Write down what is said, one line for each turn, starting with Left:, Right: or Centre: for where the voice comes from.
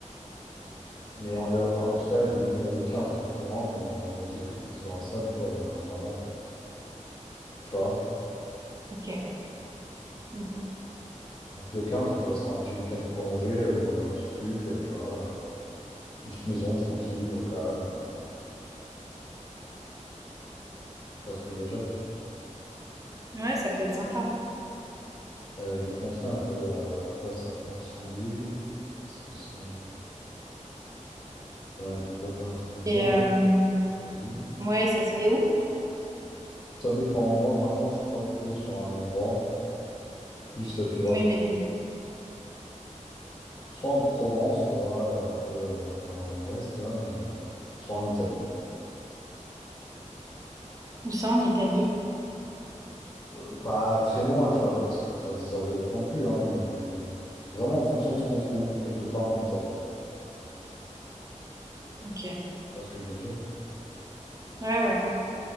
Left: Mais on lui a parlé, parce qu'elle elle voulait venir le 15, justement, mais euh, on lui a dit que peut-être qu'il y aura ça, du coup, elle viendra un peu avant. Tu vois?
Right: Ok. Mm.
Left: Donc le 15, on pourrait se faire un petit week-end prolongé euh, dans un petit truc, euh, tu vois. euh, une petite maison tranquille, au calme. euh, tu vois ce que je veux dire?
Right: Ouais, ça peut être sympa.
Left: Euh, je vais te montrer un peu euh, à quoi ça peut ressembler. Est-ce que c'est... J'en avais trouvé un truc bien.
Right: Et
Left: en
Right: euh,
Left: Italie.
Right: ouais, ça serait où?
Left: Ça dépend. Moi, franchement, je suis pas bloqué sur un endroit. Plus, euh, tu vois,
Right: Oui,
Left: vra-
Right: mais
Left: soit en Provence, tu vois, euh, un peu euh, vers euh, l'ouest, là, mais euh, soit en Italie.
Right: où ça en Italie?
Left: Euh, pas très loin, tu vois. Le but, c'est pas de faire 10 heures de route non plus, hein, mais euh, vraiment en fonction de ce qu'on trouve quelque part en Italie. Tu
Right: Ok.
Left: vois ce que je veux dire?
Right: Ouais, ouais.